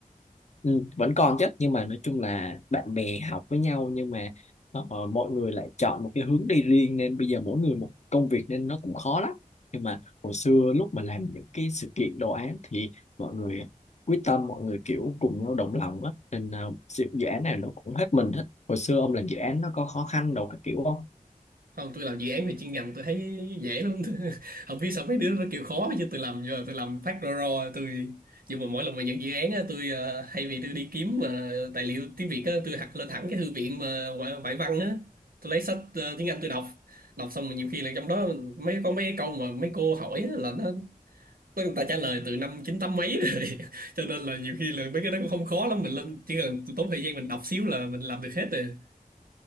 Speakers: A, on the left (about 50°); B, on the right (about 85°).
A: Ừ, vẫn còn chứ nhưng mà nói chung là bạn bè học với nhau nhưng mà ờ, mọi người lại chọn một cái hướng đi riêng nên bây giờ mỗi người một công việc nên nó cũng khó lắm nhưng mà hồi xưa lúc mà làm những cái sự kiện đồ án thì mọi người quyết tâm mọi người kiểu cùng nhau đồng lòng á nên ờ, dự dự án này nó cũng hết mình hết hồi xưa ông làm dự án nó có khó khăn đâu các kiểu không
B: không tôi làm dự án về chuyên ngành tôi thấy dễ lắm <laughs> không biết sao mấy đứa nó kêu khó chứ tôi làm giờ tôi làm phát ro ro tôi nhưng mà mỗi lần mà nhận dự án á tôi ờ, thay vì tôi đi kiếm mà tài liệu tiếng Việt á tôi học lên thẳng cái thư viện mà ngoại ngoại văn á tôi lấy sách ờ, tiếng Anh tôi đọc đọc xong mà nhiều khi là trong đó mấy có mấy câu mà mấy cô hỏi á, là nó mấy người ta trả lời từ năm chín tám mấy rồi <laughs> cho nên là nhiều khi là mấy cái đó cũng không khó lắm mình lên chỉ cần tốn thời gian mình đọc xíu là mình làm được hết rồi